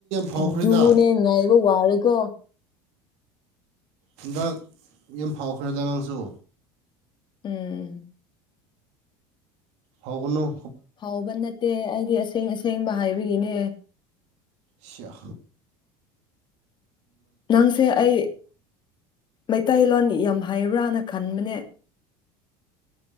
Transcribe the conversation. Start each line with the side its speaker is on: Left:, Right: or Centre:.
Right: ꯐꯥꯎꯈ꯭ꯔꯦꯗ
Left: ꯑꯗꯨꯅꯦ ꯉꯥꯏꯕ ꯋꯥꯔꯦ ꯀꯣ
Right: ꯍꯟꯗꯥꯛ ꯌꯥꯝ ꯐꯥꯎꯈ꯭ꯔꯦꯗ ꯅꯡꯁꯨ
Left: ꯎꯝ
Right: ꯍꯧꯒꯅꯨ
Left: ꯐꯥꯎꯕ ꯅꯠꯇꯦ ꯑꯩꯗꯤ ꯑꯁꯦꯡ ꯑꯁꯦꯡꯕ ꯍꯥꯏꯕꯒꯤꯅꯦ
Right: ꯁꯦꯌꯥ
Left: ꯅꯡꯁꯦ ꯑꯩ ꯃꯩꯇꯩꯂꯣꯟ ꯌꯥꯝ ꯍꯥꯏꯕ꯭ꯔꯥꯅ ꯈꯟꯕꯅꯦ